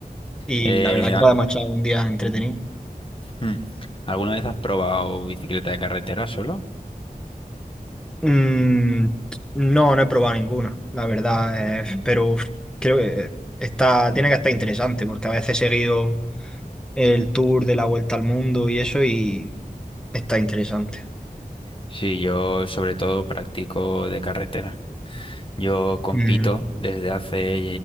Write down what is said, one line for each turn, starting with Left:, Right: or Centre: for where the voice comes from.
Centre: y
Left: Eh,
Centre: la verdad que
Left: a-
Centre: podemos echar un día entretenido.
Left: mm. ¿Alguna vez has probado bicicleta de carretera solo?
Centre: Mm, no, no he probado ninguna, la verdad, eh, pero creo que está, tiene que estar interesante porque a veces he seguido el tour de la vuelta al mundo y eso y Está interesante.
Left: Sí, yo sobre todo practico de carretera. Yo compito
Centre: Mm,
Left: desde hace,